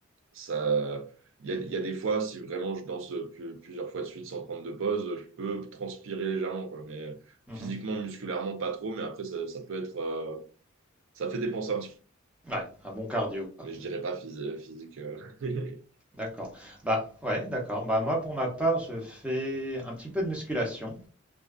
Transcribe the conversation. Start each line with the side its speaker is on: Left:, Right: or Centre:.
Right: ça, il y a, il y a des fois, si vraiment je danse euh, plus- plusieurs fois de suite sans prendre de pause, je peux transpirer légèrement, quoi. Mais
Centre: mhm.
Right: physiquement, musculairement, pas trop. Mais après, ça, ça peut être, euh, ça fait dépenser un petit peu.
Centre: Ouais, un bon cardio, quoi.
Right: Mais je dirais pas phys- physique. euh. <laughs>
Centre: D'accord. Bah, ouais, d'accord. Bah, moi, pour ma part, je fais un petit peu de musculation.